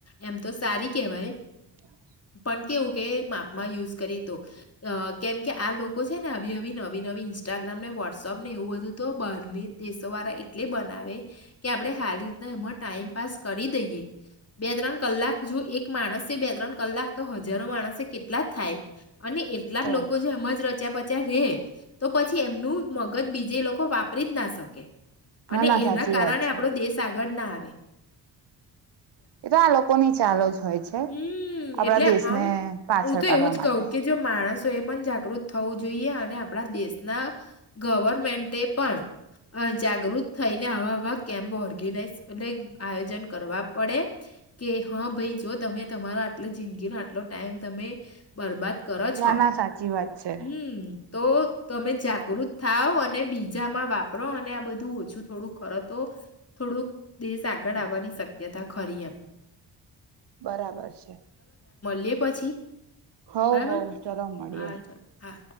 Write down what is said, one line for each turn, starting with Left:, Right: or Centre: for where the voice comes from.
Left: એમ તો સારી કેહેવાય.
Right: હ. <inaudible>
Left: પણ કેવું કે માપમાં યુઝ કરે તો. કેમ કે આ લોકો છે ને આવી આવી નવી નવી ઇન્સ્ટાગ્રામ ને વોટ્સઅપ ને એવું બધું તો બર્ની દેશો વાળા એટલે બનાવે, કે આપડણે સારી રીતના એમાં ટાઈમ પાાસ કરી દઈએ, બે ત્રણ કલાક જો એક માણસે બે ત્રણ કલાક તો હજારો માણસે કેટલા થાય. અને એટલા
Right: તો
Left: લોકો લોકો જે એમ જ રચ્યા પચ્યા રે, તો પછી એમનું મગજ બીજે લોકો વા ખરીદ ના શકે. અને
Right: ના ના
Left: એના
Right: સાચી
Left: કારણે
Right: વાત
Left: આપડો
Right: છે
Left: દેશ આગળ ના <inaudible>
Right: એ તો આ લોકો ની ચાલો જ હોય છે.
Left: હમ
Right: આપણા
Left: એટલે
Right: દેશને
Left: આમ
Right: પાછળ
Left: હું તો
Right: પાડવા
Left: એવું જ
Right: માટે
Left: કહું કે જો મા- માણસો એ પણ જાગૃત થવું જોઈએ અને આપણા દેશના, ગવર્મેન્ટ પણ જાગૃત થઈને આવાવા કેમ્પ ઓર્ગેનાઈઝ એટલે આયોજન કરવા પડે, કે હા ભાઈ જો તમે તમારો આટલી જિંદગીનો આટલો ટાઈમ તમે, બરબાદ કરો
Right: ના
Left: છો
Right: ના સાચી વાત છે.
Left: હમ્મ તો તમે જાગૃત થાવ અને બીજામાં વાપરો અને આ બધું ઓછું થોડું ખર તો થોડુંક દેશ આગળ આવવાની શક્યતા ખરી એમ.
Right: બરાબર છે.
Left: મળીયે પછી.
Right: હવ
Left: બરાબર
Right: હવ ચાલો મળીએે.
Left: હા ચાલો હા